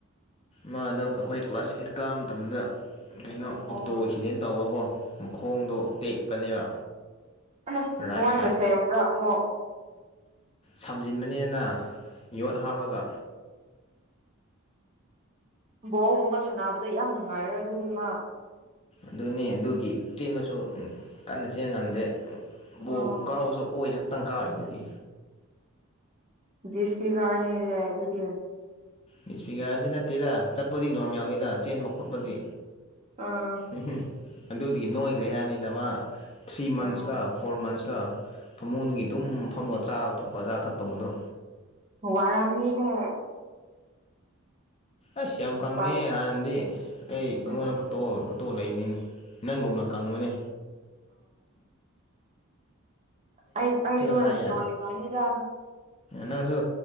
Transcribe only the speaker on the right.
ꯑꯣ
ꯅꯨꯡꯉꯥꯏ
ꯃꯁꯦ ꯑꯃꯥ ꯑꯃꯛ
ꯕꯣꯜꯒꯨꯝꯕ ꯁꯥꯟꯅꯕꯗꯣ ꯌꯥꯝ ꯅꯨꯡꯉꯥꯏꯔꯣꯏ ꯑꯗꯨꯗꯤ ꯃꯥ
ꯑꯣ
ꯤꯁꯄꯤꯒꯥꯔ ꯅꯩꯅ ꯌꯥ ꯑꯗꯨꯗꯤꯌꯥ
ꯑꯥ
ꯎꯝ
ꯋꯥꯔꯅꯤꯃꯤ ꯍꯦ
ꯅꯤꯄꯥꯟ
ꯎꯝ
ꯑ ꯑꯁꯨꯃ
ꯅꯣ ꯐꯥꯅꯤꯗꯒ